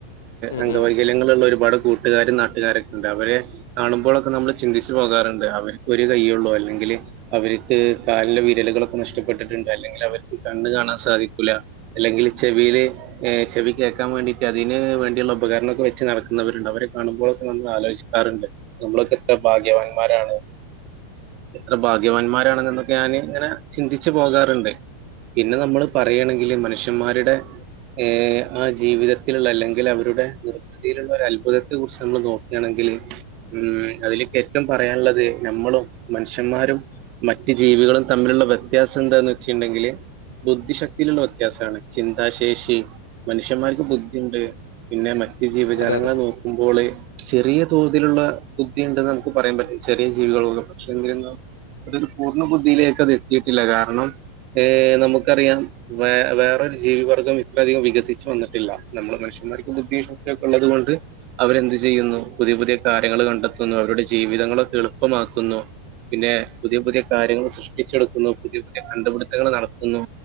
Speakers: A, on the left (about 60°); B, on the right (about 40°).
A: ഉം
B: അംഗവൈ
A: ഉം
B: ഗല്യങ്ങളുള്ള ഒരുപാട് കൂട്ടുകാരും നാട്ടുകാരൊക്കെ ഉണ്ട് അവരെ കാണുമ്പോഴൊക്കെ നമ്മള് ചിന്തിച്ച് പോകാറുണ്ട് അവർക്ക് ഒരു കയ്യേയുള്ളൂ അല്ലെങ്കില് അവർക്ക് കാലിലെ വിരലുകളൊക്കെ നഷ്ടപ്പെട്ടിട്ടുണ്ട് അല്ലെങ്കിൽ അവർക്ക് കണ്ണ് കാണാൻ സാധിക്കൂല അല്ലെങ്കിൽ ചെവിയില് ഏ ചെവി കേക്കാൻ വേണ്ടിട്ട് അതിന് വേണ്ടിയുള്ള ഉപകരണവൊക്കെ വെച്ച് നടക്കുന്നവരുണ്ട് അവരെ കാണുമ്പോഴൊക്കെ നമ്മള് ആലോചി ക്കാറുണ്ട് നമ്മളൊക്കെ എത്ര ഭാഗ്യവാന്മാരാണ് എത്ര ഭാഗ്യവാന്മാരാണ് എന്നൊക്കെ ഞാൻ ഇങ്ങനെ ചിന്തിച്ചു പോകാ റുണ്ട്‌ പിന്നെ നമ്മള് പറയാണെങ്കില് മനുഷ്യന്മാരുടെ ഏ ആ ജീവിതത്തിലുള്ള അല്ലെങ്കിൽ അവരുടെ തിലുള്ള അത്ഭുതത്തെ കുറിച്ച് നമ്മൾ നോക്കുകയാണെങ്കില് ഉം അതിലൊക്കെ കുറ്റം പറയാനുള്ളത് നമ്മളും മനുഷ്യന്മാരും മറ്റ് ജീവികളും തമ്മിലുള്ള വ്യത്യാസം എന്താന്ന് വച്ചിട്ടുണ്ടെങ്കിൽ ബുദ്ധിശക്തിയിലുള്ള വ്യത്യാസമാണ് ചി ന്താശേഷി മനുഷ്യന്മാർക്ക് ബുദ്ധിയുണ്ട് പിന്നെ മറ്റ് ജീവജാലങ്ങളെ
A: അതെ അതെ
B: നോ ക്കുമ്പോള് ചെറിയ തോതിലുള്ള ബുദ്ധിയുണ്ടെന്ന് നമുക്ക് പറയാൻ പറ്റും ചെറിയ ജീവികൾക്കൊക്കെ <unintelligible> <unintelligible> ബുദ്ധിയിലേക്ക് അത് എത്തിയിട്ടില്ല കാരണം ഏ നമുക്കറിയാം വേറൊരു ജീവിവർഗം ഇത്രയധികം വികസിച്ചു വന്നിട്ടില്ല നമ്മള് മനുഷന്മാർക്ക് ബുദ്ധിയും ശക്തിയും ഒക്കെ ഉള്ളത് കൊണ്ട് അവരെന്ത് ചെയ്യുന്നു പുതിയ പുതിയ കാര്യങ്ങൾ കണ്ടെത്തുന്നു അവരുടെ ജീവിതങ്ങളൊക്കെ എളുപ്പമാക്കുന്നു പിന്നെ പുതിയ പുതിയ കാര്യങ്ങള് സൃഷ്ടിച്ചെടുക്കുന്നു പുതിയ പുതിയ കണ്ടുപിടുത്തങ്ങള് നടത്തുന്നു